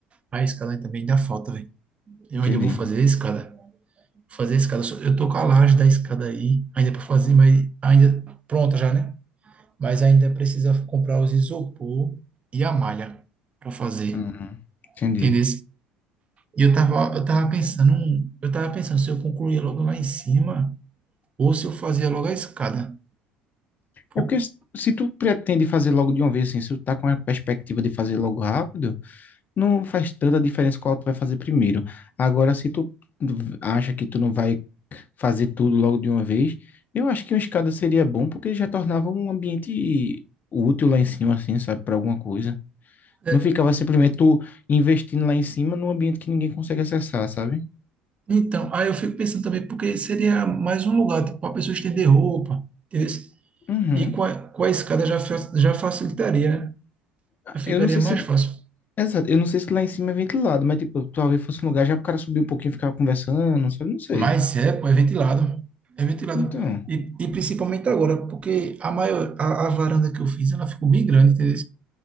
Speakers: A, on the right; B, on the left.
A: a escada também dá falta, velho. Eu
B: Entendi.
A: ainda vou fazer a escada. Fazer a escada. Eu tô com a laje da escada aí, ainda para fazer, mas ainda pronta já, né? Mas ainda precisa comprar os isopor e a malha para fazer,
B: Uhum. Entendi.
A: entendeu? E eu tava, eu tava pensando, eu tava pensando se eu concluía logo lá em cima ou se eu fazia logo a escada. Pô,
B: É porque se se tu pretende fazer logo de uma vez, assim, se tu tá com a perspectiva de fazer logo rápido, não faz tanta diferença qual tu vai fazer primeiro. Agora, se tu acha que tu não vai fazer tudo logo de uma vez, eu acho que uma escada seria bom porque já tornava um ambiente útil lá em cima, assim, sabe, para alguma coisa.
A: é,
B: Não ficava simplesmente tu investindo lá em cima num ambiente que ninguém consegue acessar, sabe?
A: então, aí eu fico pensando também, porque seria mais um lugar, tipo, para a pessoa estender roupa, entendeu?
B: Uhum.
A: E com a, com a escada já, fa- já facilitaria, né? Já ficaria
B: Eu não sei
A: mais
B: se
A: fácil.
B: Exato. Eu não sei se lá em cima é ventilado, mas tipo, talvez fosse um lugar já pro cara subir um pouquinho e ficar conversando, sabe? Não sei.
A: Mas é, pô, é ventilado. É ventilado.
B: Então,
A: E, e principalmente agora, porque a maior, a, a varanda que eu fiz, ela ficou bem grande, entendeu?